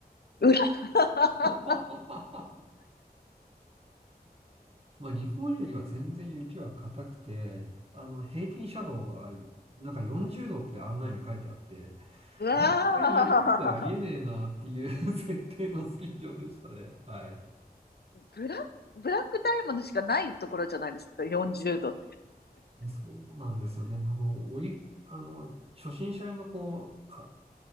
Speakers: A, on the left (about 80°); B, on the right (about 40°).
A: うら、<laughs>
B: <laughs> まあ、日本よりは全然雪は硬くて、あの、平均斜度が、なんか40度って案内に書いてあって、
A: うわあ
B: これ日本でありえねえなっていう <laughs> 設定のスキー場でしたね。はい。
A: ブラ、ブラックダイヤモンドしかないところじゃないですか。40度。
B: そうなんですよね。あの、おり、あの、初心者用のこう、か、